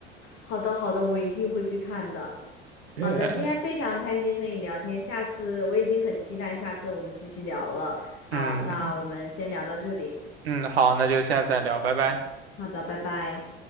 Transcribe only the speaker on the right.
<laughs> 对，
嗯。
嗯，好，那就下次再聊，拜拜。